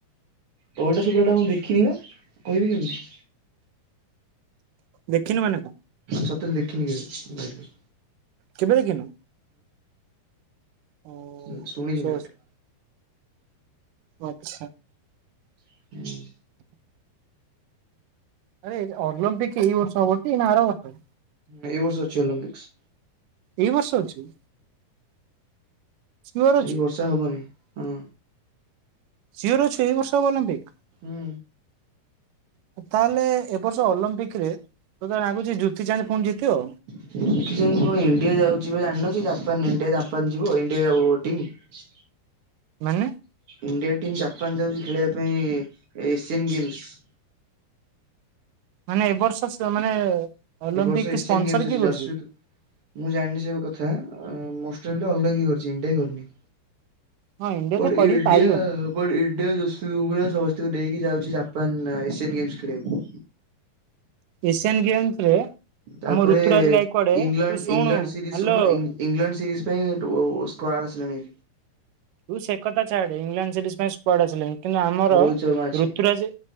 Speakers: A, on the right; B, on the right.
A: କେଉଟା ସେ ପିଲାଟା ମୁଁ ଦେଖିନି ବା। କହିବି କେମିତି?
B: ଦେଖିନୁ ମାନେ କଁ?
A: ସତରେ ଦେଖିନି କେବେ ଗାଡ଼ି ରେ।
B: କେବେ ଦେଖିନୁ? ଓ
A: ହୁଁ ଶୁଣିଛି
B: ସୋ
A: ନାଁ ଟା।
B: ଓ ଆଚ୍ଛା।
A: ହୁଁ
B: ଆରେ ଓଲମ୍ପିକ ଏଇ ବର୍ଷ ହବଟି ନା ଆର ବର୍ଷ?
A: ଏଇ ବର୍ଷ ଅଛି ଓଲମ୍ପିକ୍ସ।
B: ଏଇ ବର୍ଷ ଅଛି? ସିଓର ଅଛୁ
A: ଆଜି ବର୍ଷା ହବନି ହଁ।
B: ସିଓର ଅଛୁ ଏଇ ବର୍ଷବ ଅଲିମ୍ପିକ?
A: ହୁଁ।
B: ତା ହେଲେ ଏ ବର୍ଷ ଅଲମ୍ପିକ ରେ ତୋତେ ଲାଗୁଛି ଜୁତି ଚାନ୍ଦ ପୁଣି ଜିତିବ?
A: <unintelligible> କଣ ଇଣ୍ଡିଆ ଯାଉଚି ବାଜାଣିନ କି ଜାପାନ ଇଣ୍ଡିଆ ଜାପାନ ଯିବ ଇଣ୍ଡିଆ <unintelligible>
B: ମାନେ?
A: ଇଣ୍ଡିଆ ଟିମ୍ ଜାପାନ ଯାଉଚି ଖେଳିବା ପାଇଁ ଏସିଆନ ଗେମ୍ସ।
B: ମାନେ ଏ ବର୍ଷ ସ୍ ମାନେ ଅଲମ୍ପିକ୍
A: ଏ ବର୍ଷ ଏସିଆନ୍
B: ସ୍ପନ୍ସର
A: ଗେମ୍ସ ଅଛି
B: କିଏ କରୁଛି?
A: ଯଶପ୍ରୀତ୍ ମୁଁ ଜାଣିନି ସେ କଥା ମଷ୍ଟେଲରେ ଅଲଗା କିଏ କରିଚି ଇଣ୍ଡିଆ କରନି?
B: ହଁ ଇଣ୍ଡିଆ
A: ବଟ
B: ତ କରିପାରିବନି
A: ଇଣ୍ଡିଆ ବଟ୍ ଇଣ୍ଡିଆ ଯସପିତ୍ ବୁମରା ସମସ୍ତଙ୍କୁ ନେଇକି ଯାଉଚି ଜାପାନ ଏସିଆନ୍ ଗେମ୍ସ୍ ଖେଳିବାକୁ।
B: ଏସିଆନ୍ ଗେମ୍ସ ରେ
A: ତାପରେ
B: ଆମ ଋତୁରାଜ ଗାଇକଡେ
A: ଇଂଲଣ୍ଡ
B: ତୁ ଶୁଣୁ
A: ଇଂଲଣ୍ଡ ସିରିଜ
B: ହ୍ୟାଲୋ
A: ଶୁଣୁନ ଇ ଇଂଲଣ୍ଡ ସିରିଜ୍ ପାଇଁ <inaudible> ସ୍କର ଆସିଲାଣି?
B: ତୁ ସେ କଥାଛାଡେ ଏଗଲଣ୍ଡସିରିଜ ପାଇଁ ସ୍ପଆଡ ଆସିଲାଣି। କିନ୍ତୁ ଆମର
A: ରୋହିତ ଶର୍ମା ଅଛି
B: ଋତୁରାଜ